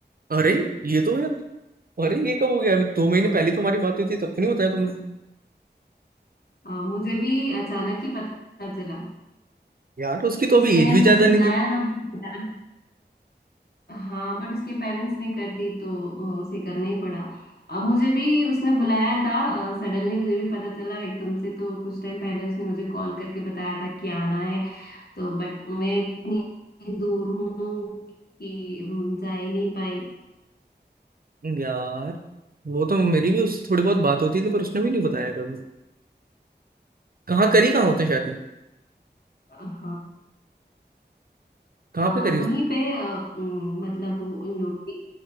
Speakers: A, on the right; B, on the left.
A: अरे ये तो यार अरे ये कब हो गया अभी दो
B: हाँ।
A: महीने पहले तुम्हारी बात हुई थी तब तो नहीं बताया तुमने
B: अ, मुझे भी अचानक ही पता चला
A: यार उसकी तो
B: उसने
A: अभी एज भी
B: मुझे
A: ज्यादा नहीं
B: बुलाया
A: थी
B: था बट हाँ बट उसके पेरेंट्स ने कर दी तो अ, उसे करना ही पड़ा अब मुझे भी उसने बुलाया था सडनली मुझे भी पता चला एकदम से तो कुछ टाइम पहले उसने मुझे कॉल करके बताया था कि आना है तो बट मैं इतनी दूर हूँ कि अम, जा ही नहीं पाई
A: यार वो तो मेरी भी उससे थोड़ी बहुत बात होती थी पर उसने भी नहीं बताया कभी कहाँ करी कहाँ उसने शादी
B: हाँ
A: कहाँ
B: आ,
A: पे करी उस...
B: वहीं पे आ, उम, मतलब वो उन लोग की